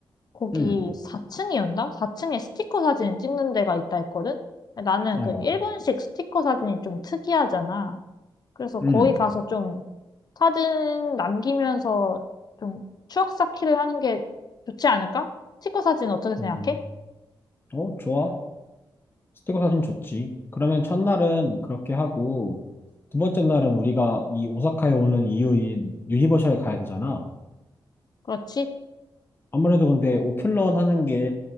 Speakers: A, on the left; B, on the left.
A: 거기
B: 음,
A: 4층이었나? 4층에 스티커 사진 찍는 데가 있다 했거든? 나는
B: 어,
A: 그 일본식 스티커 사진이 좀 특이하잖아. 그래서 거기
B: 음,
A: 가서 좀 사진 남기면서 좀 추억 쌓기를 하는 게 좋지 않을까? 스티커 사진 어떻게 생각해?
B: 음, 어, 좋아. 스티커 사진 좋지. 그러면 첫날은 그렇게 하고, 두 번째 날은 우리가 이 오사카에 오는 이유인 유니버셜에 가야 되잖아.
A: 그렇지?
B: 아무래도 근데 오픈런 하는 게